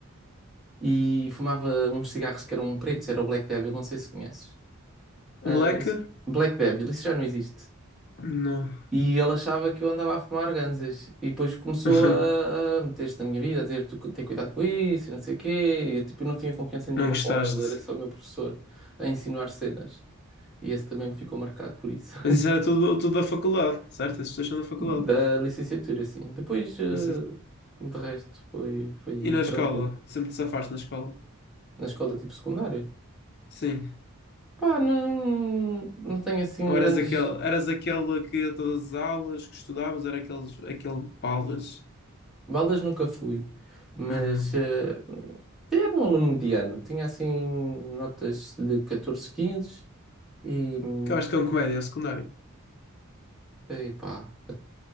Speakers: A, in the centre; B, on the left (about 50°).
A: e fumava uns cigarros que eram pretos, era o Black Devil, não sei se conheces.
B: O
A: Ah,
B: Black?
A: isso- Black Devil, isso já não existe.
B: Não.
A: E ele achava que eu andava a fumar ganzas. E depois começou
B: <laughs>
A: a, a meter-se na minha vida, a dizer: tu tem cuidado com isso, e não sei o quê. E eu tipo, não tinha confiança nenhuma
B: Não gostaste.
A: com ele, era só o meu professor a ensinar cenas. E esse também me ficou marcado por isso. <laughs>
B: Mas isso era tudo, tudo da faculdade, certo? Esses dois são da faculdade,
A: Da licenciatura, sim. Depois, eh,
B: da
A: de resto, foi, foi
B: E na
A: tranquilo.
B: escola? Sempre te safaste na escola?
A: Na escola tipo secundária.
B: Sim.
A: Pá, não, não tenho assim
B: Ou
A: grandes.
B: eras aquele, eras aquele que ia a todas as aulas que estudavas, era aqueles, aquele baldas?
A: Baldas nunca fui, mas
B: Uhum.
A: eh, era um aluno mediano. Tinha assim notas de 14, 15 e, hum,
B: Que eu acho que é um comédia, é o secundário.
A: e pá,